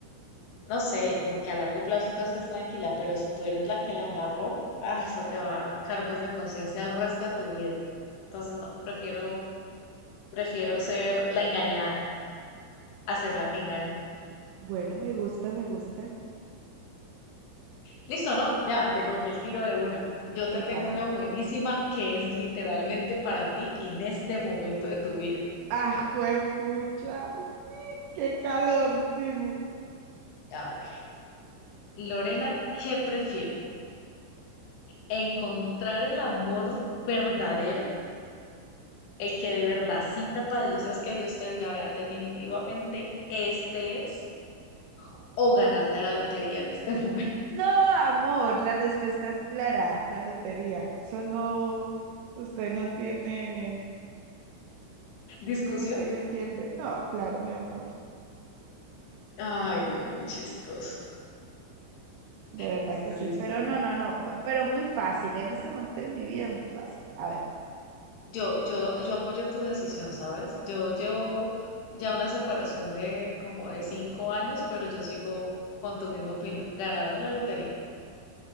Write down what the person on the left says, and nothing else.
no sé, como que a largo plazo tú estés tranquila, pero si tú eres la que la embarró, ah, eso te va a dar cargos de conciencia el resto de tu vida. Entonces, no, prefiero, prefiero ser la engañada, a ser la que engaña.
Listo, ¿no? Ya, le cogí el tiro de una. Yo te
tengo una
buenísima que es literalmente para ti en este momento de tu vida.
A ver, Lorena, ¿qué prefiere? ¿Encontrar el amor verdadero, el que de verdad cita para Dios es que Dios te diga, vea, definitivamente este es, o ganarte la lotería en este <laughs> momento?
¿Discusión?
Ay, no, muy chistoso.
Listo,
listo.
Yo, yo, yo apoyo tu decisión, ¿sabes? Yo llevo ya una separación de como de cinco años, pero yo sigo con tu misma opinión, ganarme la lotería.